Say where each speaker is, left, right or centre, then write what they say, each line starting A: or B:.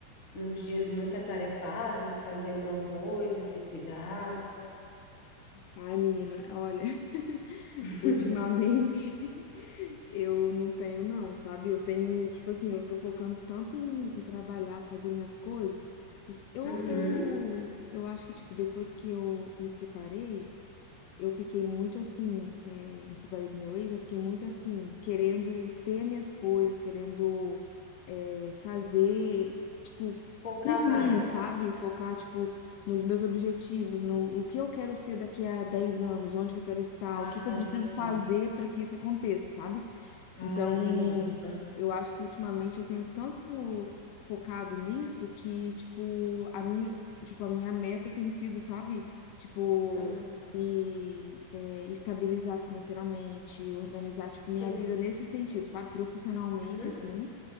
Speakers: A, on the left; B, on the left.
A: nos dias muito atarefados, fazer alguma coisa, se cuidar?
B: ai, menina, olha, <laughs>
A: <laughs>
B: ultimamente <laughs> eu não tenho, não, sabe? Eu tenho, tipo assim, eu tô focando tanto em, em trabalhar, fazer minhas coisas. Eu,
A: Uhum.
B: eu, eu acho que, tipo, depois que eu me separei. eu fiquei muito assim, eh, me separei do meu ex, eu fiquei muito assim, querendo ter minhas coisas, querendo eh, fazer, tipo,
A: Focar
B: por
A: mais.
B: mim, sabe? Focar, tipo, nos meus objetivos, no, o que eu quero ser daqui a 10 anos, onde que eu quero estar,
A: Ah,
B: o que que eu preciso
A: entendi.
B: fazer para que isso aconteça, sabe?
A: Ah,
B: Então,
A: entendi. Uhum.
B: eu acho que ultimamente eu tenho tanto focado nisso que, tipo, a minha, tipo, a minha meta tem sido, sabe? Tipo,
A: Uhum.
B: me é, estabilizar financeiramente, organizar, tipo,
A: Sim.
B: minha vida nesse sentido, sabe? Profissionalmente,
A: Uhum.
B: assim.